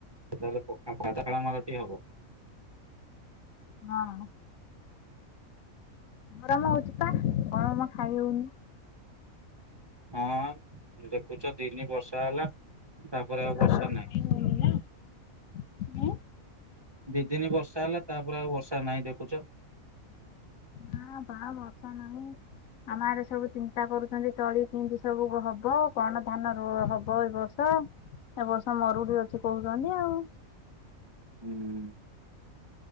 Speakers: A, on the right; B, on the left.
A: ସେ ତାହେଲେ ପକ୍କା କରଲା ମାଲଟିଏ ହବ।
B: ହଁ। ଗରମ ହଉଛି ପା ଗରମ ଖାଇ ହଉନି।
A: ହଁ ଦେଖୁଛ ଦିନି ବର୍ଷା ହେଲା ତାପରେ ଆଉ
B: ହଉନି
A: ବର୍ଷା ନାହିଁ।
B: ନା ହୁଁ।
A: ଦି ଦିନି ବର୍ଷା ହେଲା ତାପରେ ଆଉ ବର୍ଷା ନାହିଁ ଦେଖୁଛ।
B: ନା ବା ବଷା ନାହିଁ ଆମ ଆଡେ ସବୁ ଚିନ୍ତା କରୁଛନ୍ତି ତଳି କିତି। ସବୁ ହବ କଣ ଧାନ ରୁ ହବ ଏ ବର୍ଷ। ତ ଏ ବର୍ଷ ମରୁଡି ଅଛି କହୁଛନ୍ତି ଆଉ
A: ହୁଁ।